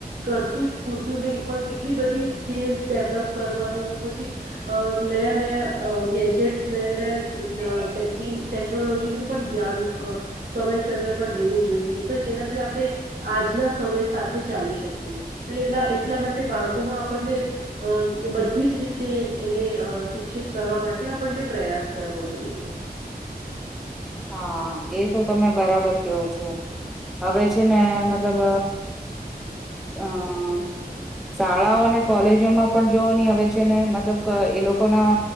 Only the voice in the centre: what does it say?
હા એ તો તમે બરાબર કેવો છો. હવે છે ને મતલબ આ શાળાઓ અને કોલેજોમાં પણ જોવ ની હવે છે ને મતલબ એ લોકો ના